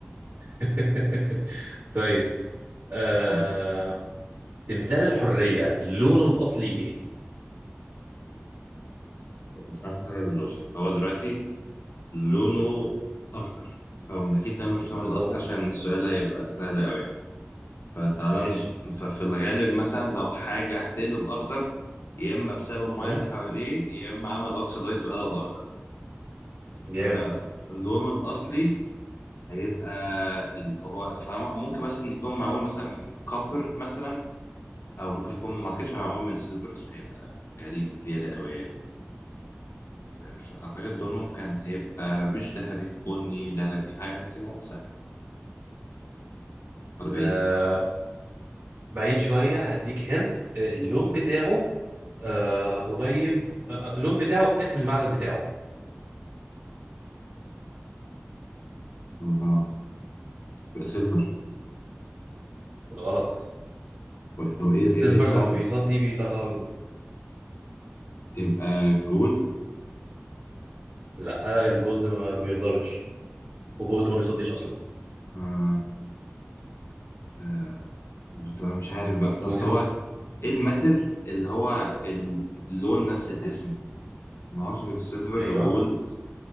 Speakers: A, on the right; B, on the left.
A: <laughs> طيب آه...
B: ها
A: تمثال الحرية لونه الأصلي إيه؟
B: طب بس تعرف فكرة باللوجيك هو دلوقتي لونه اخضر فاكيد ده مش لونه
A: بالظبط
B: الاصلي عشان السؤال هيبقى سهل قوي فتعالى
A: ماشي
B: ن- ففي الغالب مثلا لو حاجة هتقلب أخضر يا إما بسبب المياه
A: مهم.
B: اللي حواليه يا إما عمل أوكسيدايز وقلب أخضر فلونه
A: جامد
B: الأصلي هيبقى ال... هو فممكن مثلا يكون معمول مثلا من كوبر مثلا أو ممكن يكون ما أعتقدش هو معمول من سيلفر عشان هيبقى غريب زيادة أوي يعني آه، فأعتقد لونه كان هيبقى مش ذهبي بني ذهبي حاجة كده مثلا ولا بعيد
A: آه... بعيد شوية هديك هنت آه، اللون بتاعه آه... قريب آه... آه، اللون بتاعه اسم المعدن بتاعه
B: لونه نار. يبقى سيلفر
A: غلط
B: طب إيه
A: السيلفر
B: إيه إيه المعدن
A: لما بيصدي بيطلع لون
B: يبقى جولد
A: لا آه، الجولد ما ما بيقدرش والجولد ما بيصديش أصلا
B: آه. آه. بتبقى مش عارف بقى
A: وتم...
B: بس هو ايه الميتال اللي هو اللون نفس الاسم ما اعرفش غير السيلفر
A: أيوه
B: وجولد